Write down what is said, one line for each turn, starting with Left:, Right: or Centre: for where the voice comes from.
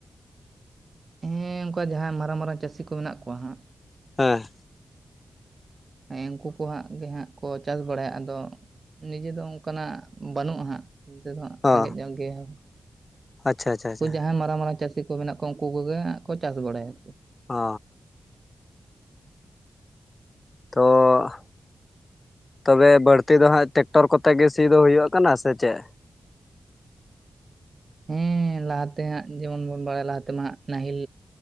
Right: ᱦᱮᱸ ᱚᱱᱠᱟ ᱡᱟᱦᱟᱸ ᱢᱟᱨᱟᱝ ᱢᱟᱨᱟᱝ ᱪᱟᱹᱥᱤ ᱠᱚ ᱢᱮᱱᱟᱜ ᱠᱚᱣᱟ ᱦᱟᱸᱜ
Left: ᱦᱮᱸ
Right: ᱦᱮᱸ ᱩᱱᱠᱩ ᱠᱚ ᱦᱟᱸᱜ ᱜᱮ ᱦᱟᱸᱜ ᱠᱚ ᱪᱟᱥ ᱵᱟᱲᱟᱭᱟ ᱟᱫᱚ ᱱᱤᱡᱮ ᱫᱚ ᱚᱱᱠᱟᱱᱟᱜ ᱵᱟᱹᱱᱩᱜᱼᱟ ᱦᱟᱸᱜ ᱱᱚᱛᱮ ᱦᱚᱟᱸᱜ
Left: ᱦᱚᱸ
Right: ᱨᱮᱸᱜᱮᱡ ᱧᱚᱜ ᱜᱮ ᱩᱱᱠᱩ
Left: ᱟᱪᱪᱷᱟ ᱟᱪᱪᱷᱟ ᱟᱪᱪᱷᱟ
Right: ᱡᱟᱦᱟᱸᱭ ᱢᱟᱨᱟᱝ ᱢᱟᱨᱟᱝ ᱪᱟᱹᱥᱤ ᱠᱚ ᱢᱮᱱᱟᱜ ᱠᱚᱣᱟ ᱩᱱᱠᱩ ᱠᱚᱜᱮᱜ ᱠᱚ ᱪᱟᱥ ᱵᱟᱲᱟᱭᱟ
Left: ᱚ ᱛᱳ ᱛᱚᱵᱮ ᱵᱟᱹᱲᱛᱤ ᱫᱚ ᱦᱟᱸᱜ ᱴᱮᱠᱴᱚᱨ ᱠᱚᱛᱮ ᱜᱮ ᱥᱮ ᱫᱚ ᱦᱳᱭᱳᱜ ᱠᱟᱱᱟ ᱥᱮ ᱪᱮᱫ
Right: ᱦᱮᱸ ᱞᱟᱦᱟ ᱛᱮ ᱦᱟᱸᱜ ᱡᱮᱢᱚᱱ ᱵᱚᱱ ᱵᱟᱲᱟᱭᱟ ᱞᱟᱦᱟ ᱛᱮᱢᱟ ᱦᱟᱜ ᱱᱟᱦᱮᱞ